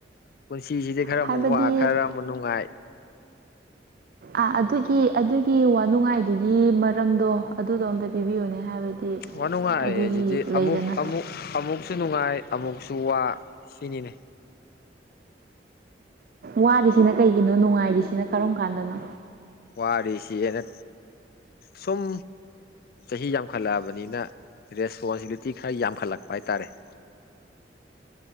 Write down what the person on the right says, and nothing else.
ꯍꯥꯏꯕꯗꯤ
ꯑꯥ ꯑꯗꯨꯒꯤ ꯑꯗꯨꯒꯤ ꯋꯥꯅꯨꯡꯉꯥꯏꯗꯨꯒꯤ ꯃꯔꯝꯗꯣ ꯑꯗꯨꯗꯣ ꯑꯝꯇ ꯄꯤꯕꯤꯌꯨꯅꯦ ꯍꯥꯏꯕꯗꯤ
ꯑꯗꯨꯒꯤ ꯂꯩꯗꯅ
ꯋꯥꯔꯤꯁꯤꯅ ꯀꯩꯒꯤꯅꯣ ꯅꯨꯡꯉꯥꯏꯔꯤꯁꯤꯅ ꯀꯔꯝ ꯀꯥꯟꯗꯅꯣ